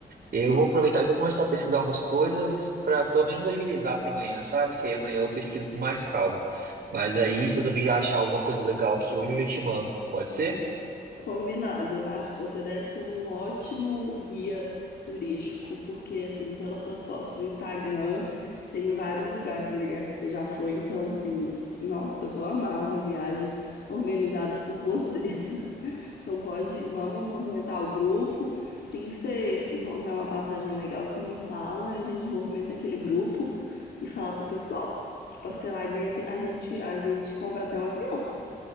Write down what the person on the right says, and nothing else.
Eu vou aproveitar e vou começar a pesquisar umas coisas para pelo menos agilizar para amanhã, sabe? Que aí amanhã eu pesquiso com mais calma. Mas aí, se eu também já achar alguma coisa legal aqui hoje, eu já te mando. Pode ser?